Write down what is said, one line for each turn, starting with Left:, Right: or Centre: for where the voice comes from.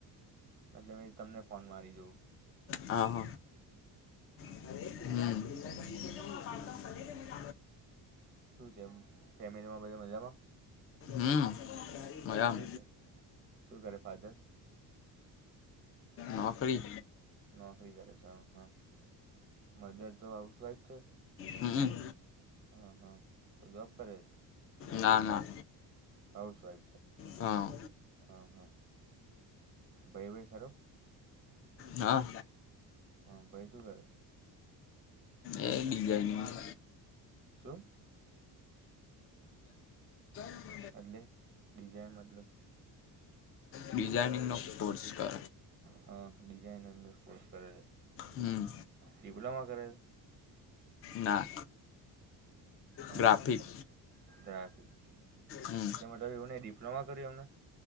Right: એટલે મેં તમને ફોન મારી જોઉં.
Left: અ હ. હમ્મ.
Right: શું છે એમ, ફેમિલીમાં બધા મજામાં?
Left: હમ મજામાં
Right: બરાબર, શું કરે ફાધર્સ?
Left: નોકરી
Right: નોકરી કરે છે હા હ મધર તો હાઉસવાઈફ છે
Left: હંહ
Right: હા હા તો જોબ કરે
Left: ના ના
Right: હાઉસ વાઈફ છે
Left: હા
Right: હ હા ભઈ બઈ ખરો
Left: હા.
Right: હમ ભઈ શું કરે
Left: એ ડિઝાઇનમાં
Right: શું
Left: <unintelligible>
Right: એટલે ડિઝાઇન મતલબ
Left: ડિઝાઇનિંગનો કોર્સ કરે
Right: હ ડિઝાઇનર ન કોર્સ કરે છે
Left: હમ
Right: ડિપ્લોમા કરે
Left: ના
Right: હ
Left: ગ્રાફિક
Right: હાદાી
Left: હમ
Right: એટલે મતલબ એવું ન ડિપ્લોમા કર્યું એમને